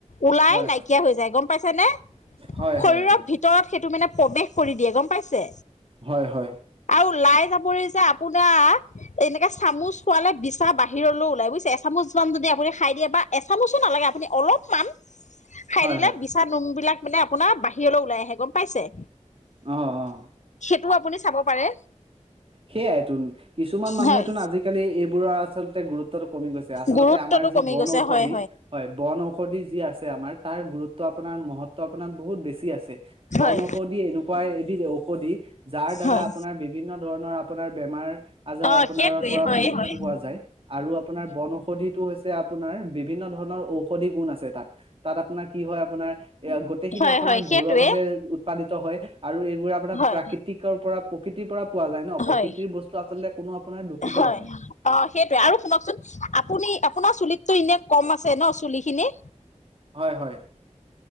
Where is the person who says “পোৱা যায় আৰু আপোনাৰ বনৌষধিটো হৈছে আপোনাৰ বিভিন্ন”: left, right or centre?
Right